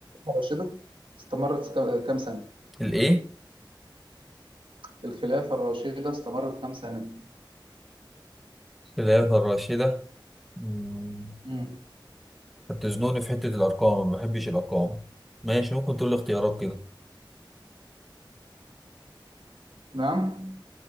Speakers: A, on the right; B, in the centre.
A: الراشده استمرت كام كام سنه
B: الإيه؟
A: الخلافه الراشده استمرت كام سنه
B: الخلافة الراشدة مم.
A: امم
B: انت بتزنقني في حتة الأرقام ما بحبش الأرقام ماشي ممكن تقول لي اختيارات كده
A: نعم